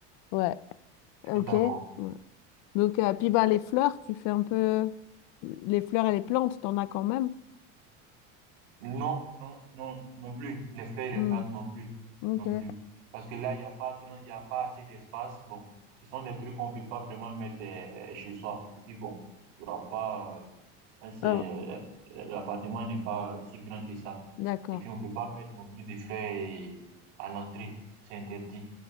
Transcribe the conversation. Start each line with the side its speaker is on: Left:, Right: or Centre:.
Left: Ouais,
Right: Je
Left: ok.
Right: suis d'accord.
Left: Ouais. Donc, euh, puis bah, les fleurs, tu fais un peu... Les fleurs et les plantes, t'en as quand même.
Right: Non, non, non, non plus. Les fleurs et les
Left: Hmm,
Right: plantes non plus,
Left: Ok.
Right: non plus. Parce que là, il n'y a pas grand, il n'y a pas assez d'espace. Bon, ce sont des trucs qu'on peut pas vraiment mettre euh, chez soi. Et puis bon, il n'y aura pas, euh, Là, c'est,
Left: Ah,
Right: euh, l'appartement n'est pas si grand que ça.
Left: d'accord.
Right: Et puis, on peut pas mettre non plus des fleurs et- à l'entrée. C'est interdit.